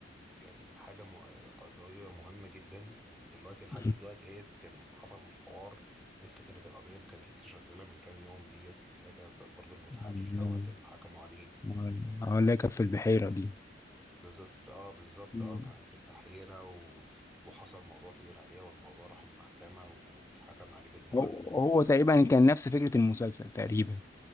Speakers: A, in the centre; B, on the left.
A: يعني حاجة م... قضية مهمة جدا ودلوقتي لحد
B: مم.
A: دلوقتي هي كان حصل الحوار لسه كانت القضية اللي كانت لسه شغالة من كام يوم ديت اللي هي كانت بتاعت برضه المتحرش
B: عن-
A: دوت اللي حكموا عليه
B: عن- اه اللي هي كانت في البحيره دي
A: بالظبط اه بالظبط
B: مم.
A: اه كانت في البحيرة و... وحصل موضوع كبير عليها والموضوع راح المحكمة واتحكم عليه بالمؤبد
B: هو هو تقريبا كان نفس فكره المسلسل تقريبا